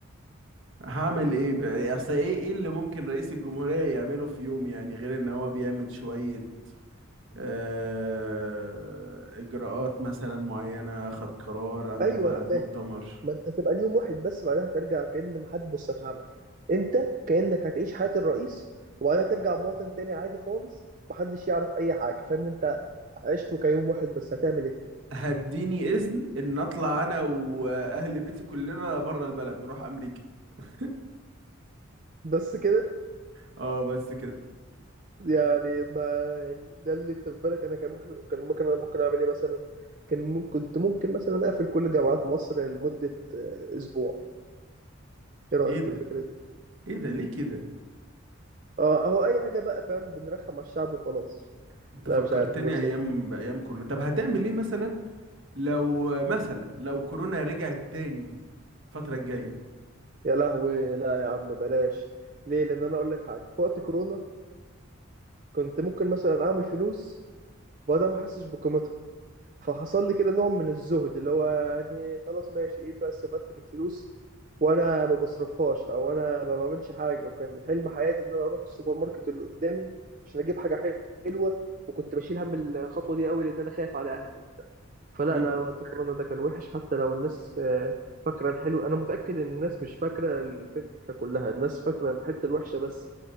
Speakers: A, on the right; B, on the right.
A: هعمل إيه بقى؟ أصل إيه إيه اللي ممكن رئيس الجمهورية يعمله في يوم يعني غير إن هو بيعمل شوية آه إجراءات مثلا معينة خد قرار عنده
B: ايوه
A: ميعاد
B: انا فاهم
A: مؤتمر
B: ما انت هتبقى اليوم واحد بس بعدها ترجع كأن ما حد بص في عمك انت كأنك هتعيش حياة الرئيس وبعدها ترجع مواطن تاني عادي خالص محدش يعرف اي حاجة فاهم انت عشته كيوم واحد بس هتعمل ايه
A: هديني إذن إن أطلع أنا وأهل بيتي كلنا بره البلد نروح أمريكا <laughs>
B: بس كده
A: آه بس كده
B: يعني ما يعني ده اللي انت في بالك انا كان ممكن كان ممكن انا ممكن اعمل ايه مثلا كان ممكن كنت ممكن مثلا اقفل كل جامعات مصر لمدة آه، اسبوع ايه رأيك
A: إيه ده
B: في الفكرة دي
A: إيه ده ليه كده
B: اه اهو اي حاجة بقى فاهم بنرخم على الشعب وخلاص
A: انت
B: لا
A: فكرتني
B: مش عارف مش
A: ايام بايام كورونا طب هتعمل ايه مثلا لو مثلا لو كورونا رجعت تاني الفترة الجاية
B: يا لهوي لا يا عم بلاش ليه لان انا اقول لك حاجه في وقت كورونا كنت ممكن مثلا اعمل فلوس وانا ما احسش بقيمتها فحصل لي كده نوع من الزهد اللي هو يعني خلاص ماشي ايه بقى استفدت بالفلوس وانا ما بصرفهاش او انا ما بعملش حاجه وكان حلم حياتي ان انا اروح السوبر ماركت اللي قدامي عشان اجيب حاجه حلوه وكنت بشيل هم الخطوه دي قوي لان انا خايف على اهلي وبتاع فلا
A: مم.
B: لا وقت كورونا ده كان وحش حتى لو الناس آه، فاكره الحلو انا متاكد ان الناس مش فاكره الفكره كلها الناس فاكره الحته الوحشه بس